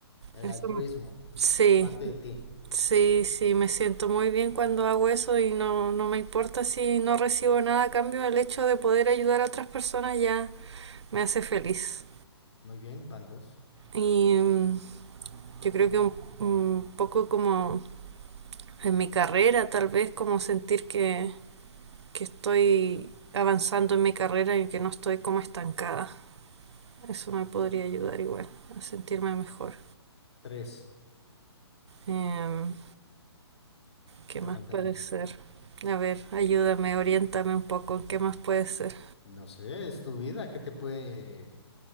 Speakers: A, on the left; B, on the right.
A: El
B: Eso,
A: altruismo, es
B: sí,
A: parte de ti.
B: sí, sí, me siento muy bien cuando hago eso y no, no me importa si no recibo nada a cambio. El hecho de poder ayudar a otras personas ya me hace feliz.
A: Muy bien, van dos.
B: Y mm, Yo creo que un, un poco como en mi carrera, tal vez como sentir que, que estoy avanzando en mi carrera y que no estoy como estancada. Eso me podría ayudar igual a sentirme mejor.
A: Tres.
B: Em, ¿qué
A: Te
B: más
A: faltan
B: puede
A: dos.
B: ser? A ver, ayúdame, oriéntame un poco, ¿qué más puede ser?
A: No sé, es tu vida. ¿Qué te puede,